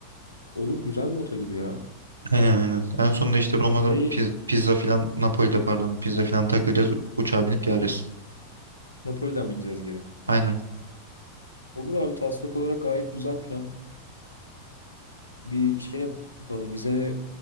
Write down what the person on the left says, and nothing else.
Olur güzel rota gibi ya.
Bizeyi
Napoli'den bineceğiz geri.
Olur abi taslak olarak gayet güzel plan. Bir şey yapalım. Vizeye